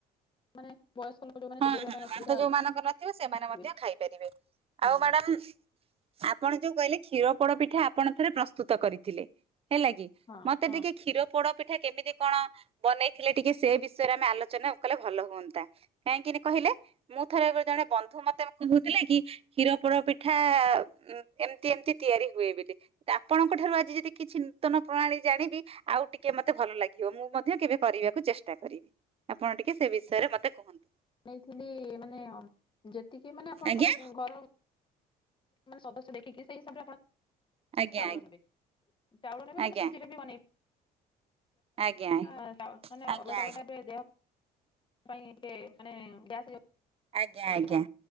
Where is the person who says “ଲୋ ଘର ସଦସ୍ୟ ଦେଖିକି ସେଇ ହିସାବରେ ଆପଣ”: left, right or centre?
Left